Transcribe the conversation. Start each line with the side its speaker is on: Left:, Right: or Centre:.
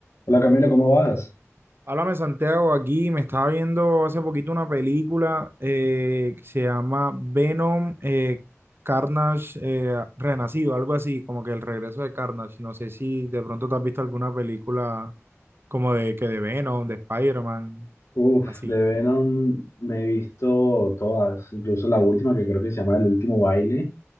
Left: Hola Camila, ¿cómo vas?
Right: Háblame, Santiago, aquí me estaba viendo hace poquito una película eh, que se llama Venom eh, Carnage eh, Renacido, algo así, como que el regreso de Carnage. No sé si de pronto te has visto alguna película como de que de Venom, de Spider-Man,
Left: Uf,
Right: así.
Left: de Venom me he visto todas, incluso la última que creo que se llama El Último Baile,